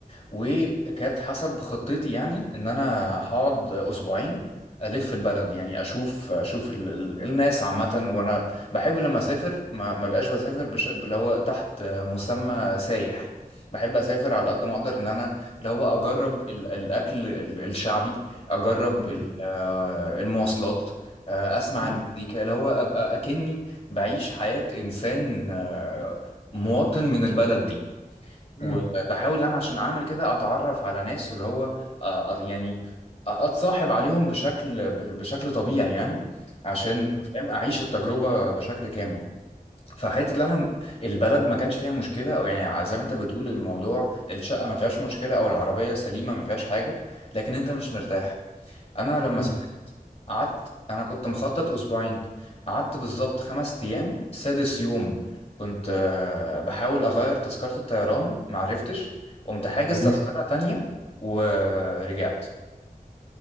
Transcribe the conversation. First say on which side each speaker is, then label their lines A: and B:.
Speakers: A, on the left; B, on the left.
A: وكانت حسب خطتي يعني ان انا هقعد اسبوعين الف البلد يعني اشوف اشوف ال ال الناس عامه وانا بحب لما اسافر ما, ما بقاش بسافر بش... اللي هو تحت مسمى سايح بحب اسافر
B: مم،
A: على قد ما اقدر ان انا اللي هو اجرب ال الاكل ال الشعبي اجرب
B: مم،
A: ال آه، المواصلات آه، اسمع
B: مم،
A: المزيكا اللي هو ابقى اكني بعيش حياه انسان آه، مواطن من البلد دي
B: مم،
A: وبحاول ان انا عشان اعمل كده اتعرف على ناس واللي هو آه، آه، يعني آه، اتصاحب عليهم بشكل ب- بشكل طبيعي يعني عشان
B: مم،
A: فاهم اعيش التجربة بشكل كامل فحته اللي انا البلد ما كانش فيها مشكله او يعني زي ما انت بتقول الموضوع الشقه ما فيهاش مشكله او العربيه سليمه ما فيهاش حاجه لكن انت مش مرتاح انا لما
B: مم،
A: سافرت قعدت انا كنت مخطط اسبوعين قعدت بالظبط خمس ايام سادس يوم كنت آه، بحاول اغير تذكرة الطيران معرفتش قمت حاجز
B: تمام
A: تذكرة تانية ورجعت